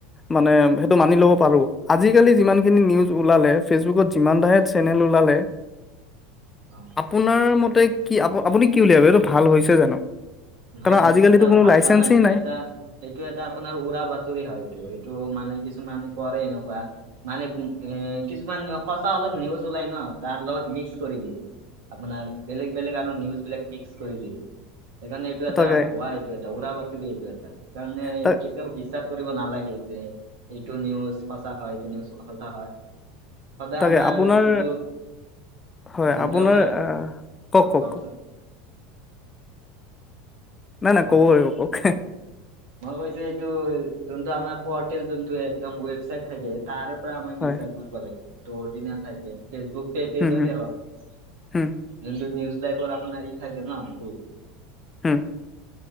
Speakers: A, on the left (about 20°); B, on the right (about 70°).
A: মানে সেইটো মানি ল'ব পাৰো আজিকালি যিমান খিনি নিউজ ওলালে ফেচবুকত যিমান চেনেল ওলালে।
B: অ'।
A: আপোনাৰ মতে কি আ আপুনি কি বুলি এইটো ভাল হৈছে জানো?
B: নহয়
A: কাৰণ
B: এইটো
A: আজিকালিতো
B: এটা
A: কোনো
B: ভাল
A: লাইচেন্সেই
B: হোৱা নাই এইটো এটা এইটো এটা আপোনাৰ উৰা বাতৰি হয় এইটো এইটো মানে কিছুমান কৰে এনেকুৱা। মানে এ কিছুমান সঁচা অলপ নিউজ ওলাই ন তাৰ লগত মিক্স কৰি দিয়ে। আপোনাৰ বেলেগ বেলেগ আৰু নিউজ বিলাক মিক্স কৰি দিয়ে। সেইকাৰণ এইটো এটা
A: তাকে
B: ভুৱা এইটো এটা উৰা বাতৰি এইটো এটা। সেইকাৰণে
A: ত
B: কেতিয়াও বিশ্বাস কৰিব নালাগে যে এইটো নিউজ সঁচা হয় এইটো নিউজ সঁচা হয়। সদায়
A: তাকে
B: আমাৰ
A: আপোনাৰ
B: যোনটো
A: হয়
B: যোনটো
A: আপোনাৰ
B: আমাৰ অ'
A: আহ কওক কওক
B: কওকচোন।
A: কওক নাই নাই
B: কওক
A: ক'ব পাৰাগিব কওঁক।
B: মই কৈছো এইটো যোনটো আমাৰ পৰ্টেল যোনটো একদম ৱেবচাইট থাকে তাৰ আমাক
A: হয়
B: বিশ্বাস কৰিব লাগে যোনটো অৰিজিনেল থাকে ফেচবুকে পেজতে
A: হম হম
B: হওঁক।
A: হম
B: যোনটো নিউজ লাইভৰ আপোনাৰ ই থাকে ন সেটো।
A: হম।